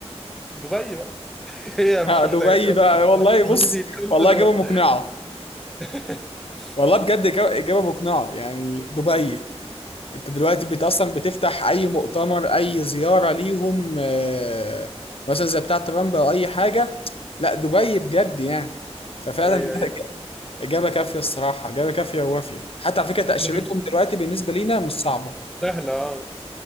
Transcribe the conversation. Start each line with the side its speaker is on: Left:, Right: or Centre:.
Centre: دبي بقى <laughs> هي
Left: آه،
Centre: مش محتاجة
Left: دبي
Centre: كارت
Left: بقى
Centre: دبي.
Left: والله بص
Centre: حبيبي كارت
Left: والله
Centre: دبي
Left: إجابة مقنعة
Centre: <laughs>
Left: والله بجد إجابة إجابة مقنعة يعني دبي انت دلوقتي بت اصلا بتفتح اي مؤتمر اي زياره ليهم آه، مثلا زي بتاعه ترامب او اي حاجه لا دبي بجد يعني ففعلا
Centre: ايوه
Left: <laughs> ده
Centre: ايوه
Left: إج- اجابه كافيه الصراحه اجابه كافيه ووافيه حتى على فكره تاشيرتهم
Centre: نعم.
Left: دلوقتي بالنسبه لينا مش صعبه
Centre: سهلة اه